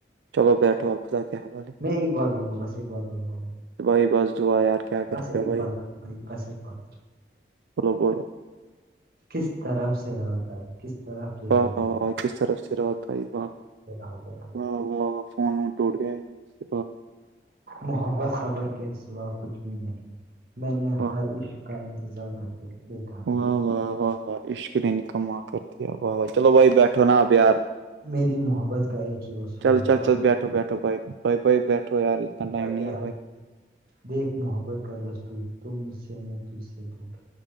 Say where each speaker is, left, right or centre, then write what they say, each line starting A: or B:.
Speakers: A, on the right; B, on the right.
A: چلو بیٹھو آپ خدا کے حوالے
B: میں ایک بار دوں گا بس ایک بات بولوں گا
A: بھائی بس دعا کیا
B: بس
A: کرتے
B: ایک
A: ہو بھائی
B: بات بھائی بس ایک بات
A: فلو بو
B: کس طرف سے رہاتا ہے کس طرح نے
A: واہ واہ واہ کس طرف سے رات آئی واہ
B: ہو گیا
A: واہ واہ فون وون ٹوٹ گیا یہاں سے
B: محبت صبر کے سوا کچھ بھی نہیں میں نے
A: واہ
B: ہر عشق کا انتظار کرتے دیکھا ہے
A: واہ واہ واہ عشقری ن کما کرتی واہ واہ چلو بھائی بیٹھو نا آپیار
B: میری محبت کا ایک ہی اصول
A: چل
B: ہے
A: چل چل بیٹھو بیٹھو بھائی بھائی بھائی بیٹھو یار اتنا ٹائم
B: وقت
A: نہیں ہے بھائی
B: دیکھ محبت کا دستور تو مجھ سے میں تجھ سے دور